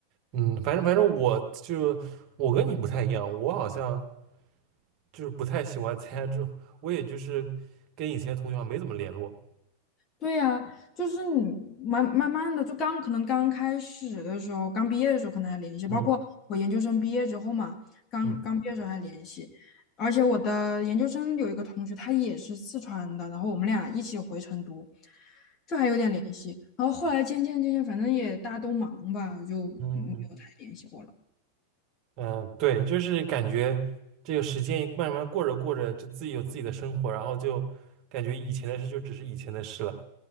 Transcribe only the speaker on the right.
嗯，反正反正我就我跟你不太一样，我好像就是不太喜欢参加这种，我也就是跟以前同学好像没怎么联络，
嗯
嗯
嗯嗯嗯，对，就是感觉这个时间慢慢过着过着，就自己有自己的生活，然后就感觉以前的事就只是以前的事了，